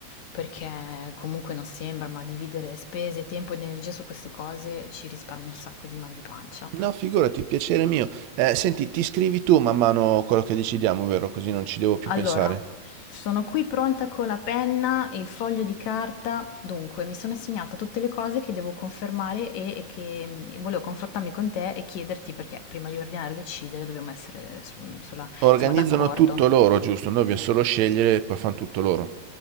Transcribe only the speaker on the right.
No, figurati, piacere mio. Eh, senti, ti scrivi tu man mano quello che decidiamo, vero? Così non ci devo più
pensare.
Organizzano
tutto loro, giusto? Noi dobbiamo solo scegliere e poi fanno tutto loro.